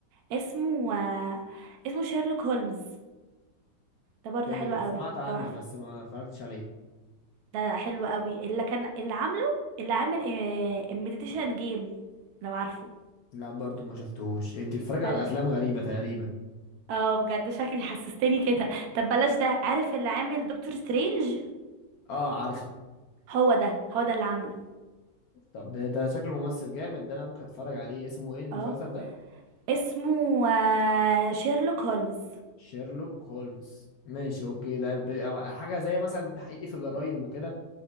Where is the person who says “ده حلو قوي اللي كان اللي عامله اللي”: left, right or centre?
Right